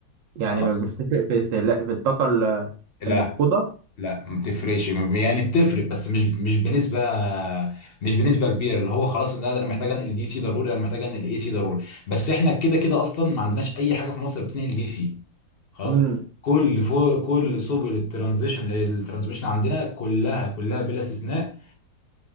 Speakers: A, on the right; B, on the left.
A: يعني
B: خلاص
A: ما- مش تفرق في استهلاك في الطاقة ال-
B: لا
A: المفقودة
B: لا ما بتفرقش يعني بتفرق بس مش مش بنسبه مش بنسبه كبيره اللي هو خلاص ان انا محتاج انقل دي سي ضروري انا محتاج انقل اي سي ضروري بس احنا كده كده اصلا ما عندناش اي حاجه في مصر بتنقل دي سي خلاص
A: امم
B: كل فوق كل سبل الترانزيشن الترانسميشن عندنا كلها كلها بلا استثناء